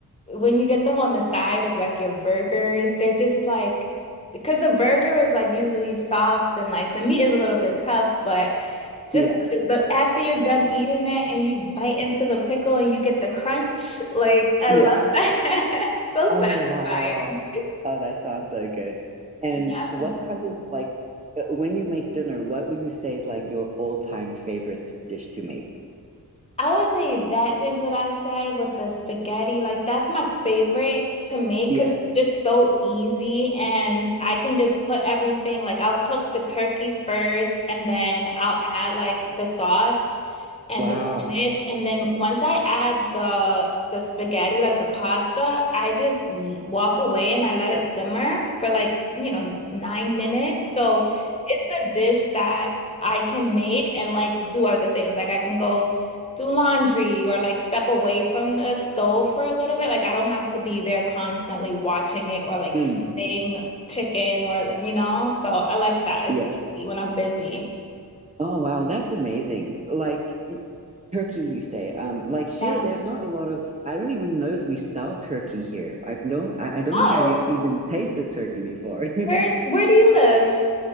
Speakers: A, on the left; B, on the right.
A: when you get them on the side of like your burgers, they're just like because the burger is like usually soft and like the meat is a little bit tough, but just
B: Yeah.
A: the, the- after you're done eating that and you bite into the pickle and you get the crunch, like I
B: Yeah.
A: love that. <laughs> So satisfying.
B: Oh wow. Oh, that sounds so good. And
A: Yeah.
B: what kind of like uh, when you make dinner, what would you say is like your all-time favorite dish to make?
A: I would say that dish that I said with the spaghetti, like that's my favorite to make
B: Yeah.
A: because it's just so easy and I can just put everything, like I'll cook the turkey first and then I'll add like the sauce and
B: Wow.
A: the spinach. And then once I add the the spaghetti, like the pasta, I just l- walk away and I let it simmer for like, you know, nine minutes. So it's a dish that I can make and like do other things. Like I can go do laundry or like step away from the stove for a little bit. Like I don't have to be there constantly watching it or like
B: Mm,
A: flipping chicken or like, you know. So I like that. It's
B: yeah.
A: easy when I'm busy.
B: Oh wow, that's amazing. Like y- Turkey, you say. Um, like here,
A: Yeah.
B: there's not a lot of. I don't even know if we sell turkey here. I've known. I, I don't
A: Oh,
B: think I've ever even tasted turkey before. <laughs>
A: where where do you live?